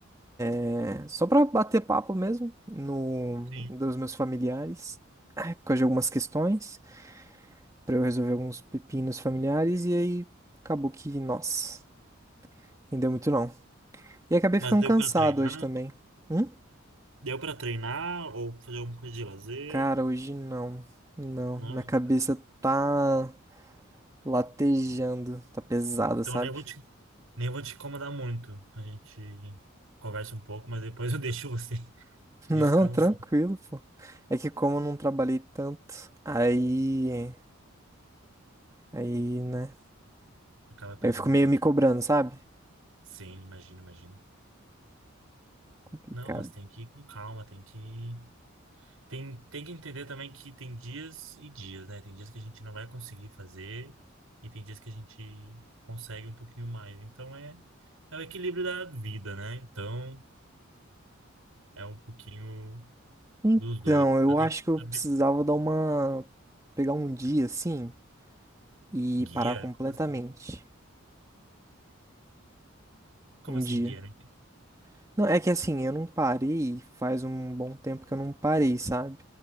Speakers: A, on the right (about 15°); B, on the right (about 85°).
A: é, só para bater papo mesmo no
B: Sim.
A: dos meus familiares, é, por causa de algumas questões, para eu resolver alguns pepinos familiares e aí acabou que, nossa, não deu muito não. E acabei
B: Mas
A: ficando
B: deu
A: cansado
B: para treinar?
A: hoje também. Hum?
B: Deu para treinar ou fazer alguma coisa de lazer?
A: Cara, hoje não. Não,
B: Não.
A: minha cabeça tá latejando, tá pesada,
B: Então
A: sabe?
B: nem vou te, nem vou te incomodar muito. A gente conversa um pouco, mas depois <laughs> eu deixo você
A: <laughs>
B: <laughs> descansar.
A: Não, tranquilo, pô. É que como eu não trabalhei tanto, aí Aí, né?
B: Acaba pesando
A: Eu fico meio
B: um pouquinho.
A: me cobrando, sabe?
B: Sim, imagino, imagino.
A: Complicado.
B: Não, mas tem que ir com calma, tem que tem, tem que entender também que tem dias e dias, né? Tem dias que a gente não vai conseguir fazer e tem dias que a gente consegue um pouquinho mais. Então é, é o equilíbrio da vida, né? Então, é um pouquinho
A: Então,
B: dos dois. Só
A: eu
B: tem
A: acho
B: que
A: que eu
B: saber.
A: precisava dar uma. Pegar um dia assim e
B: Guia?
A: parar completamente.
B: Como, assim- como
A: Um
B: assim,
A: dia.
B: guia? né?
A: Não, é que assim, eu não parei, faz um bom tempo que eu não parei, sabe?